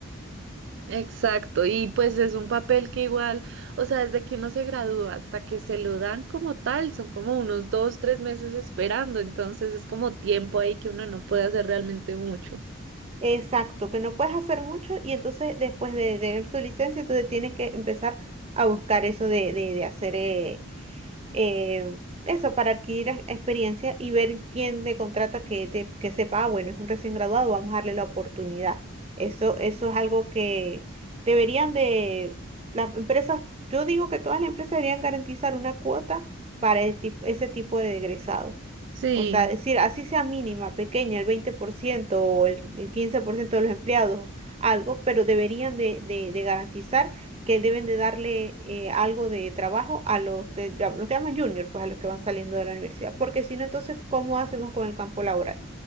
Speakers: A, on the right; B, on the right.
A: exacto. Y pues es un papel que igual, o sea, desde que uno se gradúa hasta que se lo dan como tal, son como unos dos, tres meses esperando, entonces es como tiempo ahí que uno no puede hacer realmente mucho.
B: Exacto, que no puedes hacer mucho y entonces después de tener tu licencia, entonces tienes que empezar a buscar eso de, de, de hacer eh, eh, eso, para adquirir ex- experiencia y ver quién te contrata que, te, que sepa, ah, bueno, es un recién graduado, vamos a darle la oportunidad. Eso, eso es algo que deberían de, las empresas, yo digo que todas las empresas deberían garantizar una cuota para el tip- ese tipo de egresado.
A: Sí,
B: O sea, decir, así sea mínima, pequeña, el 20% o el, el 15% de los empleados, algo, pero deberían de, de, de garantizar que deben de darle eh, algo de trabajo a los que, a los que llaman junior, pues a los que van saliendo de la universidad, porque si no, entonces, ¿cómo hacemos con el campo laboral?